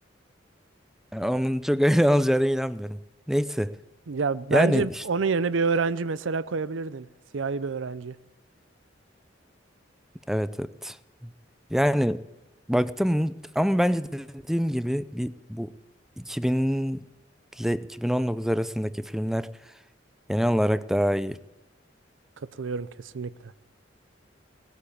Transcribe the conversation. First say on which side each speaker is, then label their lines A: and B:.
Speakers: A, in the centre; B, on the right (about 85°).
A: Yani onun çok öyle olacağına inanmıyorum. Neyse.
B: ya bence
A: Yani işte
B: onun yerine bir öğrenci mesela koyabilirdin. Siyahi bir öğrenci.
A: evet evet. Yani baktım ama bence dediğim gibi bir bu 2000 ile 2019 arasındaki filmler genel olarak daha iyi.
B: Katılıyorum kesinlikle.